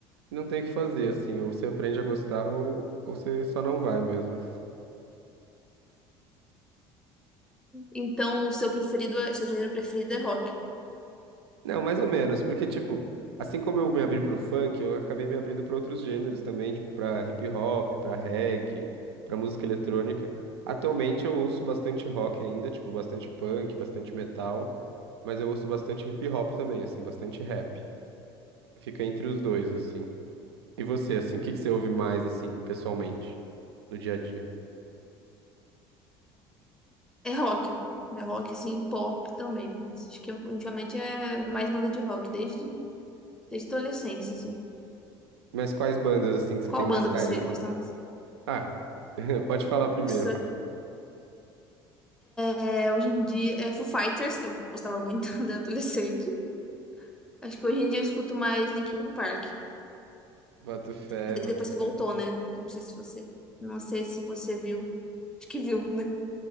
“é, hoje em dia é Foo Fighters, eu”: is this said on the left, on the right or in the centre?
Centre